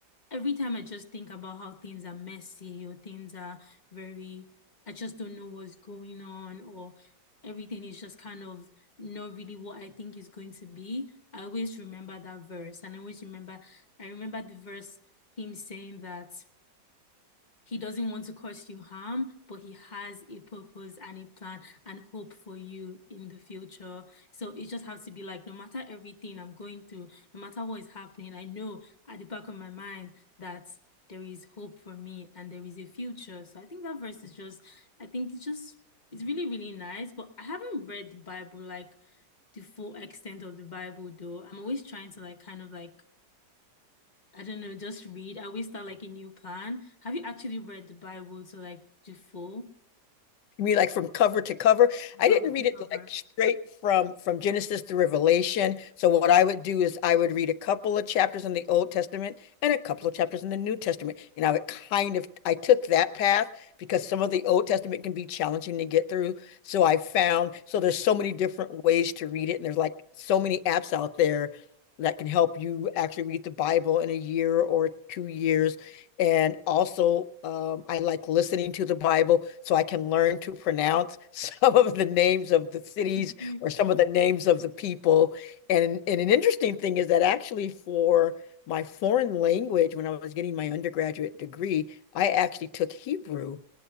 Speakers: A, on the left; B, on the left.
A: every time I just think about how things are messy or things are very, I just don't know what's going on or everything is just kind of not really what I think is going to be. I always remember that verse and I always remember, I remember the verse, him saying that. He doesn't want to cause you harm, but he has a purpose and a plan and hope for you in the future. So it just has to be like, no matter everything I'm going through, no matter what is happening, I know at the back of my mind that there is hope for me and there is a future. So I think that verse is just, I think it's just, it's really, really nice. But I haven't read the Bible like the full extent of the Bible though. I'm always trying to like kind of like I don't know, just read. I always start like a new plan. Have you actually read the Bible to like the full
B: You mean like from cover to cover? I
A: cover
B: didn't read
A: to
B: it
A: cover?
B: like straight from from Genesis to Revelation. So what I would do is I would read a couple of chapters in the Old Testament and a couple of chapters in the New Testament. And I would kind of I took that path because some of the Old Testament can be challenging to get through. So I found so there's so many different ways to read it and there's like so many apps out there that can help you actually read the Bible in a year or two years and also, um, I like listening to the Bible so I can learn to pronounce <laughs> some of the names of the cities
A: Mm.
B: or some of the names of the people. And, and an interesting thing is that actually, for my foreign language, when I was getting my undergraduate degree, I actually took Hebrew